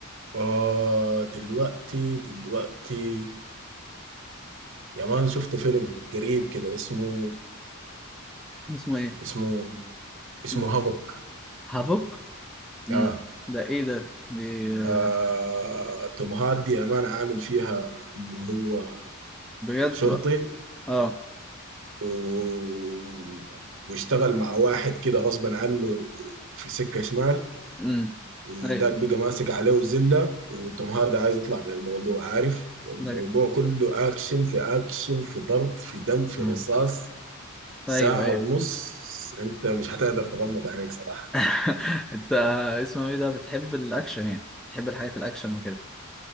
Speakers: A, on the right (about 65°); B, in the centre.
A: آه دلوقتي دلوقتي يا مان شفت فيلم قريب كده اسمه
B: اسمه ايه
A: اسمه اسمه
B: مم.
A: هافوك
B: هافوك مم.
A: آه.
B: ده ايه ده بي-
A: آه توم هاردي يا مان عامل فيها إنه هو
B: بجد
A: شرطي
B: اه
A: و... واشتغل مع واحد كده غصبا عنه في سكة شمال
B: امم
A: وداك
B: ايوه
A: بقى ماسك عليه وزلة وتوم هاردي عايز يطلع من الموضوع عارف والموضوع
B: ده
A: كله أكشن في أكشن في ضرب في دم في
B: مم.
A: رصاص ساعة
B: ايوه ايوه
A: ونص أنت مش هتقدر تغمض عينيك صراحة
B: <laughs> انت اسمه ايه ده بتحب الاكشن يعني بتحب الحاجات الاكشن وكده